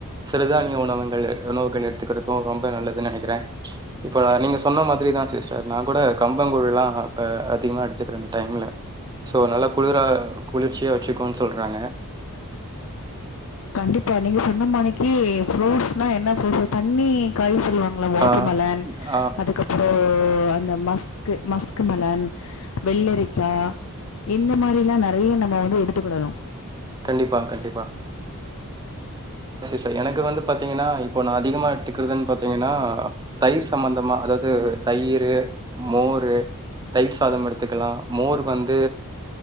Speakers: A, on the right; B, on the left.
A: சிறுதானிய உணவுங்கள் உணவுகள் எடுத்துக்ற ரொம்ப நல்லது நெனைக்றேன் இப்ப நீங்க சொன்ன மாதிரி தா சிஸ்டர் நா ப்ப கூட கம்பங்கூழலாம் அப்ப அதிகமா எடுத்துக்றேன் டைம் இல்ல சோ அதுனால குளிரா குளிர்ச்சியா வச்சுக்கோன்னு சொல்றாங்க
B: கண்டிப்பா நீங்க சொன்னமானிக்கு ப்ரூட்ஸ்னா என்ன சொல்றது தண்ணி காய் சொல்லுவாங் வாட்டர்மேலன்
A: ஆ ஆ
B: அதுக்கப் அப்புறோ அந்த மஸ்க் மஸ்க் மெலன் வெள்ளரிக்காய் இந்த மாரிலாம் நெறைய நம்ப வந்து எடுத்துக்கிடணும்
A: கண்டிப்பா கண்டிப்பா இப்ப எனக்கு வந்து பாத்திங்கன்னா இப்ப நா அதிகமா எடுத்துக்கிறதுன்னு பாத்தீங்கன்னா தயிர் சம்மந்தமா அதாவது தயிறு மோரு தயிர் சாதம் எடுத்துக்கலா மோர் வந்து